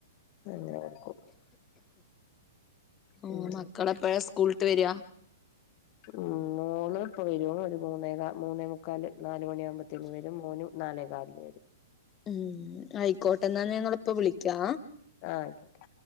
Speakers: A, on the left; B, on the left.
A: അങ്ങനെ കൊടുക്കും ഉം
B: ആഹ് മക്കളെപ്പഴാ സ്കൂൾ ട്ട് വരാ?
A: ഉം മോള് ഇപ്പ വരും ഒരു മൂന്നേ കാ മൂന്നേ മുക്കാല് നാല് മണിയാമ്പത്തേനും വരും. മോനും നാലേ കാലിന് വരും.
B: ഉം ആയിക്കോട്ടെ. ന്നാ ഞാൻ ങ്ങളെ പ്പൊ വിളിക്കാ.
A: ആഹ് ആയിക്കോട്ടെ.